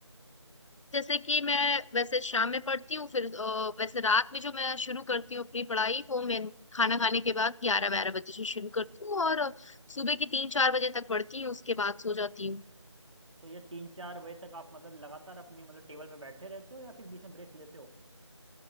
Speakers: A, on the left (about 85°); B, on the right (about 80°).
A: जैसे कि मैं वैसे शाम में पढ़ती हूँ फिर अ, वैसे रात में जो मैं शुरू करती हूँ अपनी पढ़ाई वो मैं खाना खाने के बाद ग्यारह बारह बजे से शुरू करती हूँ और अ, सुबह की तीन चार बजे तक पढ़ती हूँ उसके बाद सो जाती हूँ
B: तो ये तीन चार बजे तक आप मतलब लगातार अपनी मतलब टेबल पे बैठे रहते हो या फिर बीच में ब्रेक्स लेते हो